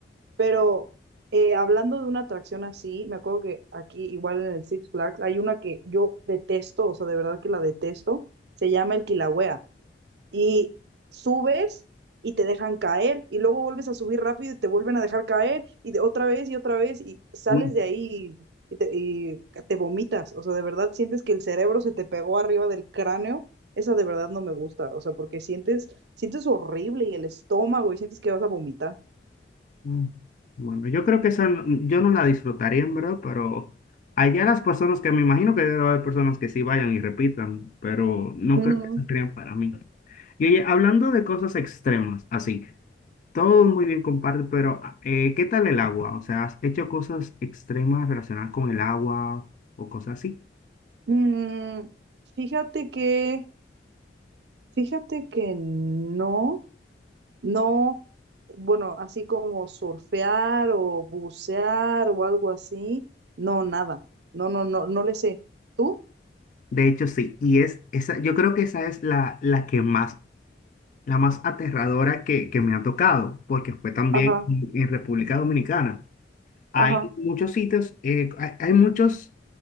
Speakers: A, on the right; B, on the left.
A: Pero eh, hablando de una atracción así, me acuerdo que aquí, igual en el Six Flags, hay una que yo detesto, o sea, de verdad que la detesto. Se llama el Kilauea y subes y te dejan caer y luego vuelves a subir rápido y te vuelven a dejar caer y de otra vez y otra vez y sales
B: uy,
A: de ahí y te, y te vomitas, o sea, de verdad sientes que el cerebro se te pegó arriba del cráneo, esa de verdad no me gusta, o sea, porque sientes, sientes horrible y el estómago y sientes que vas a vomitar.
B: mm, bueno, yo creo que esa no- yo no la disfrutaría en verdad, pero allá las personas que me imagino que debe haber personas que sí vayan y repitan, pero no
A: Ujú.
B: creo que sean para mí. Y oye, hablando de cosas extremas, así. Todo muy bien comparte, pero ah, eh, ¿qué tal el agua? O sea, ¿has hecho cosas extremas relacionadas con el agua o cosas así?
A: Mm, fíjate que, fíjate que no. No, bueno, así como surfear o bucear o algo así, no, nada. No, no, no, no le sé. ¿Tú?
B: De hecho, sí. Y es esa, yo creo que esa es la, la que más, la más aterradora que, que me ha tocado, porque fue también
A: Ajá,
B: en en República Dominicana. Hay
A: ajá,
B: muchos sitios, eh, hay, hay muchos,